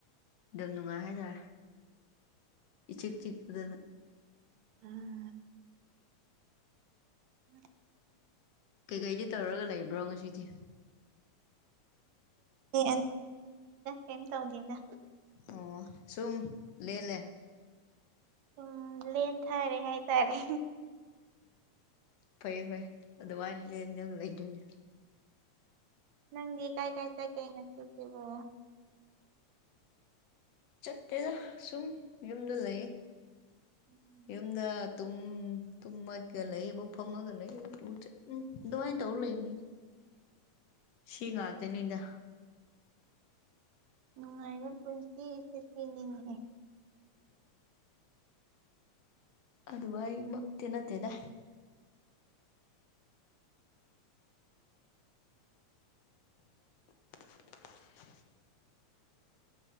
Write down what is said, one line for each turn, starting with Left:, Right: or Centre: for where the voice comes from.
Left: ꯑꯗꯨꯝ ꯅꯨꯡꯉꯥꯏ ꯍꯥꯏꯇꯥꯔꯦ ꯏ ꯆꯤ ꯆꯤꯗꯅ
Right: ꯎꯝ ꯎꯝ
Left: ꯀꯩꯀꯩꯗꯤ ꯇꯧꯔꯒ ꯂꯩꯕ꯭ꯔꯣ ꯉꯁꯤꯗꯤ
Right: ꯗ ꯀꯝ ꯇꯧꯗꯗ
Left: ꯑꯣ ꯁꯨꯝ ꯂꯦꯂꯦ
Right: ꯎꯝ ꯂꯦꯟ ꯊꯥꯔꯦ ꯍꯥꯏꯇꯥꯔꯦ
Left: ꯐꯩ ꯐꯩ ꯑꯗ ꯋꯥꯅꯤꯂ ꯀꯩꯩꯅꯅꯤ
Right: ꯅꯪꯦ ꯀꯥꯏ ꯀꯥꯏ ꯆ ꯀꯩ ꯅꯁꯕꯣ
Left: ꯆꯠꯇꯦꯗ ꯁꯨꯝ ꯌꯨꯝꯗ ꯂꯩ
Right: ꯎꯝ
Left: ꯌꯨꯝꯗ ꯇꯨꯝ ꯇꯨꯝꯃꯠꯒ ꯂꯩꯌꯦꯕꯨ ꯐꯝꯃꯒ ꯂꯩꯌꯦ ꯎꯝ ꯑꯗꯨꯃꯥꯏꯅ ꯇꯧꯔ ꯂꯩꯕꯅꯤꯅ
Right: <unintelligible>
Left: ꯁꯤꯤꯒꯥꯛꯗꯦꯅꯤꯗ
Right: ꯅꯨꯡꯉꯥꯏꯕ ꯄꯨꯟꯁꯤ ꯑꯁꯤꯅꯤꯡꯉꯤ
Left: ꯑꯗ ꯋꯥ ꯏ ꯃ ꯇꯅꯠꯇꯦꯗ <unintelligible>